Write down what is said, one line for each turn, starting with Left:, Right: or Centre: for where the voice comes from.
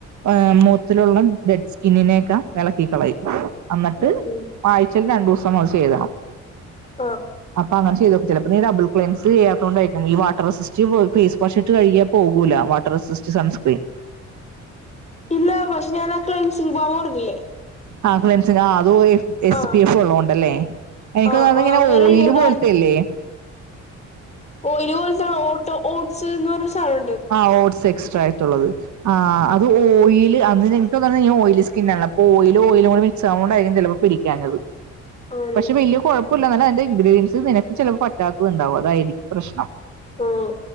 Right: ഏഹ് മോത്തിലുള്ള ഡെഡ് സ്കിന്നിനെയൊക്കെ എളക്കി കളയും. അന്നട്ട്
Left: ഉം ഉം
Right: ആഴ്ച്ചയിൽ രണ്ടൂസം അത് ചെയ്യണം.
Left: ആഹ്
Right: അപ്പ അങ്ങനെ ചെയ്തോക്ക് ചെലപ്പ നീ ഡബിൾ ക്ലൻസ് ചെയ്യാത്തോണ്ടായിരിക്കും ഈ വാട്ടർ റെസിസ് ഈ ഫേസ് വാഷ് ഇട്ട് കഴികിയാ പോകൂലാ വാട്ടർ റെസിസ്റ്റ് സൺസ്ക്രീൻ
Left: ഇല്ല പക്ഷെ ഞാന് ആ ക്ലൈൻസിംഗ് പാവു പറഞ്ഞില്ലേ
Right: ആഹ് ക്ലൻസിങ്ങ് അതു പോയി എസ്
Left: ആഹ്
Right: പി എഫ് ഉള്ളോണ്ടല്ലേ, എനിക്ക്
Left: ആഹ്
Right: തോന്ന് അത്
Left: ആഹ്
Right: ഇങ്ങനെ
Left: അങ്ങനെ
Right: ഓയില്
Left: എഴുതിയോണ്ടാ
Right: പോൽത്തെല്ലേ?
Left: ഒയിലു പോലെത്താണോ ഓട്ടോ ഓട്ട്സ് ന്ന് പറഞ്ഞ സാനോണ്ട്
Right: ആഹ് ഓട്സ് എക്സ്ട്രായ്ട്ടുള്ളത് ആഹ് അത് ഓയില് അന്ന് ഞ ത്യം പറഞ്ഞാ ഞാൻ ഓയിലി സ്കിന്നുള്ളാ പ്പോ ഓയില് ഓയിലും കൂടി മിക്സ് ആവുന്നോണ്ടായിരിക്കും ചെലപ്പോ പിടിക്കാഞ്ഞത്
Left: ആണല്ലേ
Right: പക്ഷെ വല്യ കൊഴപ്പ് ക്കൂല്ല അല്ല അതിന്റെ ഇൻഗ്രീഡിയൻസ് നിനക്ക് ചെലപ്പ പറ്റാത്തത് ഉണ്ടാവും അതായിരിക്കും പ്രശ്നം
Left: ഓഹ്.